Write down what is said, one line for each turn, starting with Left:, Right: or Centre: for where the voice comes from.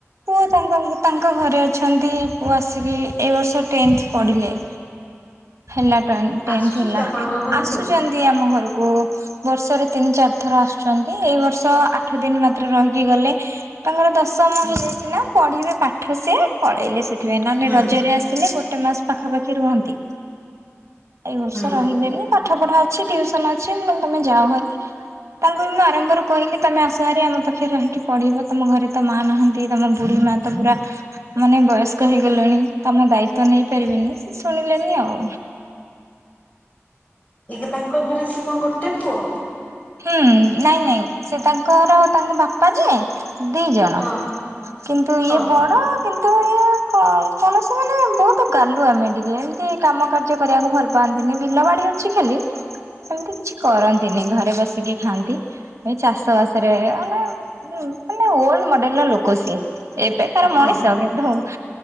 Right: ପୁଅ ତାଙ୍କ ତାଙ୍କ ଘରେ ଅଛନ୍ତି ପୁଅ ଆସିକି ଏ ବର୍ଷ ଟେନ୍ଥ ପଢ଼ିଲେ। ହେଲା ଟେନ୍ଥ
Left: ଆସୁଛନ୍ତି
Right: ହେଲା
Left: ଆପଣଙ୍କ ଘରକୁ?
Right: ଆସୁଛନ୍ତି ଆମ ଘରକୁ ବର୍ଷରେ ତିନି ଚାରି ଥର ଆସୁଛନ୍ତି ଏଇ ବର୍ଷ ଆଠ ଦିନ ମାତ୍ର ରହିକି ଗଲେ ତାଙ୍କର ଦଶମ
Left: ହୁଁ
Right: ହେଇଯାଇଛି ନା ପଢିବେ ପାଠ ସେ ପଳେଇଲେ ସେଥିପାଇଁ ନହେଲେ
Left: ହୁଁ
Right: ରଜରେ ଆସିଲେ ଗୋଟେ ଗୋଟେ ମାସ ପାଖାପାଖି ରୁହନ୍ତି। ଏଇ ବର୍ଷ
Left: ହୁଁ
Right: ରହିଲେନି ପାଠ ପଢା ଅଛି ଟିୁସନ ଅଛି ମୁ କହିଲି ତମେ ଯାଅଭାରି ତାଙ୍କୁ ବି ମୁଁ ଆରମ୍ଭରୁ କହିଲି ତମେ ଆସୁହାରି ଆମ ପାଖରେ ରହିକି ପଢିବ ତମ ଘରେ ତ ମା ନାହାନ୍ତି ତମ ବୁଢୀ ମା ତା ପୁରା ମାନେ ବୟସ୍କ ହେଇଗଲେଣି ତମ ଦାୟିତ୍ଵ ନେଇପାରିବିନି ସେ ଶୁଣିଲେନି ଆଉ।
Left: ଏଯୋଉ ତାଙ୍କ ଘରେ ସିଏ କଣ ଗୋଟେ ପୁଅ?।
Right: ହୁଁ ନାଇଁ ନାଇଁ ସେ ତାଙ୍କର ତାଙ୍କ ବାପା ଯିଏ ଦି ଜଣ
Left: ହଁ
Right: କିନ୍ତୁ
Left: ହଁ
Right: ଇଏ ବଡ କିନ୍ତୁ ହଁ କୌଣସି ମାନେ ବହୁତ ଗାଲୁ ଆମେ ଟିକେ ଏମିତି କାମ କାର୍ଯ୍ୟ କରିବାକୁ ଭଲ ପାଆନ୍ତିନି ବିଲ ବାଡି କିଛି ଖାଲି ସେମିତି କିଛି କରନ୍ତିନି ଘରେ ବସିକି ଖାଆନ୍ତି। ଏ ଚାଷବାସରେ ମାନ ମାନେ ଓଲଡ ମଡେଲ ର ଲୋକ ସିଏ। ଏବେକାରାର
Left: ହଁ
Right: ମଣିଷ କିନ୍ତୁ